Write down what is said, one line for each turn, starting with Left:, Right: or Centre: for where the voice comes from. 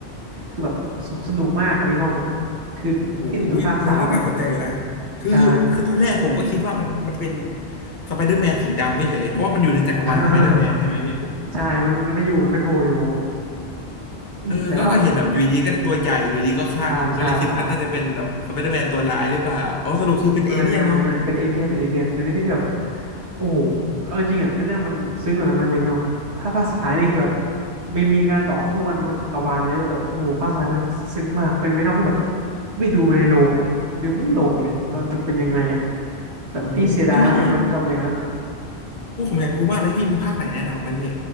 Right: คือแบบสสนุกมากเวนอมอ่ะคือพี่ดูถึงภาคสามอ่ะ
Left: โอ้โหอุ้ยเนื้อเรื่องน่าสนใจอยู่นะ คือ
Right: ใช่
Left: คือตอนแรกผมก็คิดว่ามัน มันเป็นสไปเดอร์แมนสีดำไม่เฉยๆเพราะว่ามันอยู่ในจักรวาลสไปเดอร์แมนใช่ไหมพี่
Right: <laughs> ใช่มันมันไปอยู่มันไปโผล่อยู่อืมแต่ว่าแบบ
Left: เออก็ก็เห็นแบบอยู่ดีก็ตัวใหญ่อยู่ดีก็คลั่งก็เลยคิดว่าน่าจะเป็นแบบสไปเดอร์แมนตัวร้ายหรือเปล่าอ๋อสรุปคือเป็นเอเลี่ยนเนาะ
Right: ใช่ใช่ใช่ ไม่ไม่ไม่เป็นเอเลี่ยนเป็นเอเลี่ยนเป็นเอเลี่ยนที่แบบโอ้โหเอาจริงๆอ่ะในเรื่องมันซึ้งกว่านั้นนะเวนอมถ้าภาคสุดท้ายนี่คือแบบไม่มีการต่อสู้กันบนจักรวาลอะไรด้วยแต่แบบโอ้โหภาคสุดท้ายมันซึ้งมากเป็นเวนอมที่แบบไม่ดูมาในโรงอ่ะหือไม่ลงเลยตอนจบเป็นยังไงอ่ะแบบพี่เสียดายมากที่มันจบอย่างนั้นอ่ะ
Left: โอ้โหเอ้ยพี่โอ้ผมอยากดูมากเลยพี่ มีภาคไหนแนะนำไหมพี่